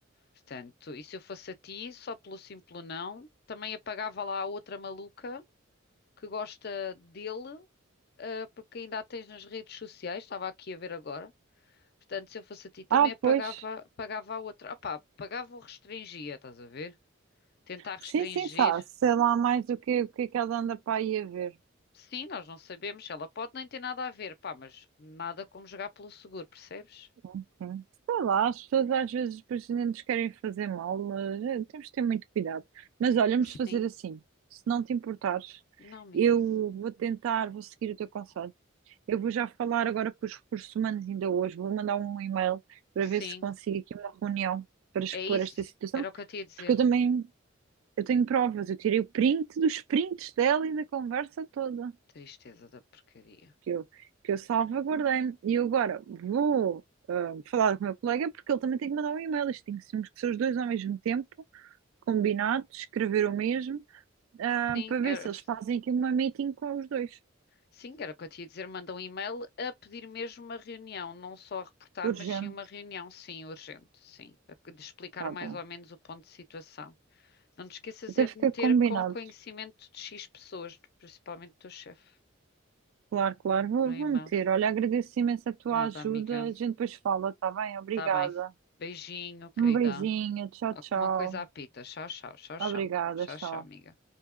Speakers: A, on the left (about 50°); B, on the right (about 75°).
A: Portanto, e se eu fosse a ti, só pelo simples não, também apagava lá a outra maluca que gosta dele, ah, porque ainda a tens nas redes sociais, estava aqui a ver agora. Portanto, se eu fosse a ti, também
B: Ah,
A: apagava,
B: pois.
A: pagava a outra. Opá, pagava ou restringia, estás a ver? Tentar restringir.
B: Sim, sim, sabe, sei lá mais o que, o que é que ela anda para aí a ver.
A: Sim, nós não sabemos. Ela pode nem ter nada a ver, pá, mas nada como jogar pelo seguro, percebes?
B: Sim. Sei lá, as pessoas às vezes depois nem nos querem fazer mal, mas eh, temos de ter muito cuidado. Mas olha, vamos
A: Sim.
B: fazer assim, se não te importares,
A: Não, amiga.
B: eu vou tentar, vou seguir o teu conselho. Eu vou já falar agora com os recursos humanos ainda hoje. Vou mandar um e-mail para
A: Sim,
B: ver se consigo aqui uma reunião para expor
A: é isso.
B: esta situação,
A: Era o que eu te ia dizer.
B: porque eu também eu tenho provas. Eu tirei o print dos prints dela e da conversa toda
A: Tristeza da porcaria.
B: que eu, que eu salvaguardei. E eu agora vou ah, falar com o meu colega porque ele também tem que mandar um e-mail. Isto tem que ser que ser os dois ao mesmo tempo, combinados, escrever o mesmo, ah,
A: Sim,
B: para ver
A: era,
B: se eles fazem aqui uma meeting com os dois.
A: sim, era o que eu te ia dizer. Manda um e-mail a pedir mesmo uma reunião. Não só a reportar,
B: Urgente,
A: mas sim uma reunião, sim, urgente. Sim, A- de explicar
B: tá
A: mais
B: bem.
A: ou menos o ponto de situação. Não te esqueças
B: Então
A: é
B: fica
A: de meter
B: combinado.
A: com conhecimento de X pessoas, principalmente do teu chefe.
B: Claro, claro, vou,
A: No e-mail.
B: vou meter. Olha, agradeço imenso a tua
A: Nada,
B: ajuda.
A: amiga.
B: A gente depois fala, tá bem? Obrigada.
A: Tá bem. Beijinho, querida.
B: Um beijinho, tchau,
A: Alguma
B: tchau.
A: coisa apita. Tchau, tchau, tchau, tchau.
B: Obrigada,
A: Tchau,
B: tchau.
A: tchau, amiga.